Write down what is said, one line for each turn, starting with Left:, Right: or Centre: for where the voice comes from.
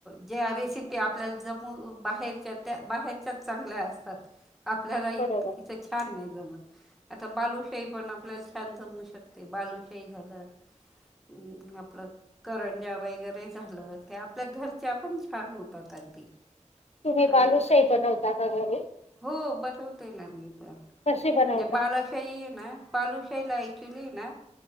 Centre: ज्या रेसिपी आपल्याला जम बाहेरच्या त्या बाहेरच्याच चांगल्या असतात आपल्याला इ
Left: बरोबर
Centre: इथं छान ना आता बालुशाही पण आपल्याला छान जमू शकते बालुशाही झालं.
Left: <unintelligible>
Centre: अं, आपलं करंजा वगैरे झालं ते आपल्या घरच्या पण छान होतात अगदी
Left: तुम्ही
Centre: आणि
Left: बालूसही बनवता का घरी.
Centre: हो बनवतोना मी म्हणजे
Left: कशी बनवता
Centre: बालाशाही आहे ना बालूशाहीला ऍक्च्युली ना